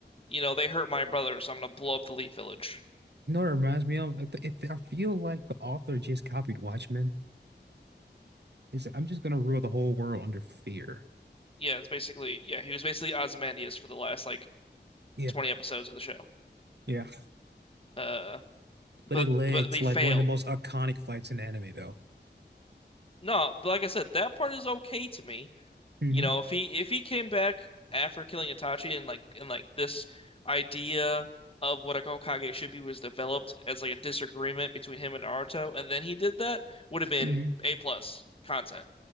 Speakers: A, on the left; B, on the right.
A: you know, they hurt my brother, so I'm gonna blow up the Leaf Village.
B: You know what it reminds me of? It, it- I feel like the author just copied Watchmen. It's I'm just gonna rule the whole world under fear.
A: Yeah, it's basically yeah, he was basically Ozymandias for the last like
B: Yeah,
A: 20 episodes of the show.
B: yeah.
A: Uh,
B: But
A: but
B: it led
A: but, but
B: to
A: he failed.
B: like one of the most iconic fights in anime, though.
A: No, but like I said, that part is okay to me.
B: hmm
A: You know, if he if he came back after killing Itachi and like and like this idea of what a Hokage should be was developed as like a disagreement between him and Naruto, and then he did that, would have been
B: hmm
A: A plus content.